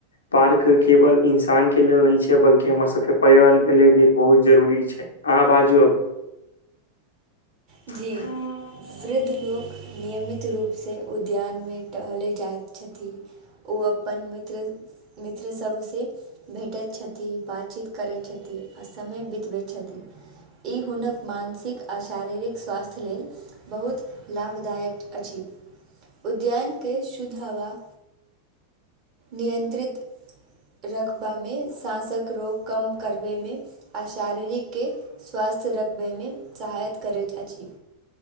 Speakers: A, on the left (about 70°); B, on the right (about 35°).
A: पार्क केवल इंसान के लेल नहि छै बल्कि हमर सब के पर्यावरण के ले भी एक बहुत जरुरी छै। अहाँ बाजू अब।
B: जी,
A: अब
B: वृद्ध लोक नियमित रूप से उद्यान में टहले जाइत छथि। ओ अपन मित्र-मित्र सबसे भेटैत छथि, बातचीत करैत छथि आ समय बितबैत छथि। ई हुनक मानसिक आ शारीरिक स्वास्थ्य लेल बहुत लाभदायक अछि। उद्यान के शुद्ध हवा नियंत्रित रखबा मे साँसक रोग कम करबै मे आ शारीरिक के स्वास्थ्य रखबय मे सहायता करैत अछि।